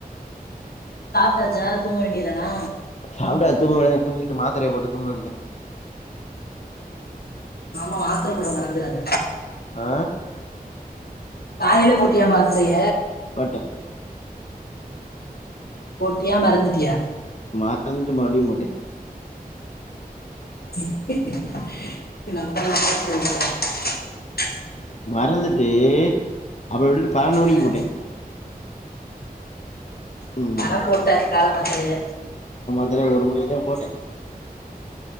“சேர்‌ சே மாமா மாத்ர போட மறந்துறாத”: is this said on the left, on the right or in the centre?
Left